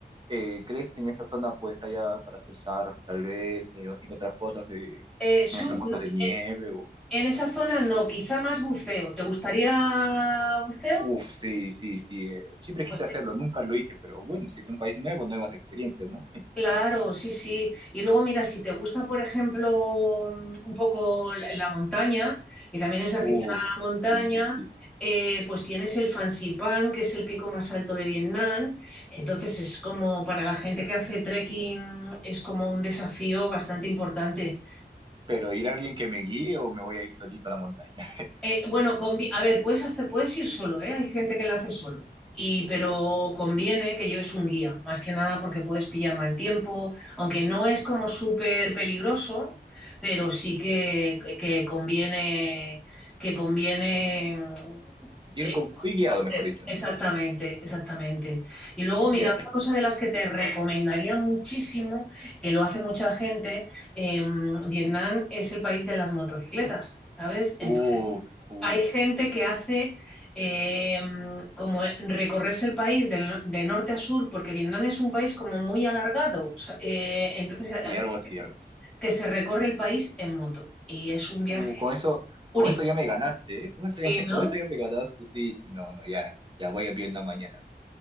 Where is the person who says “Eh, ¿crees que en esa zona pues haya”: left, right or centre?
Right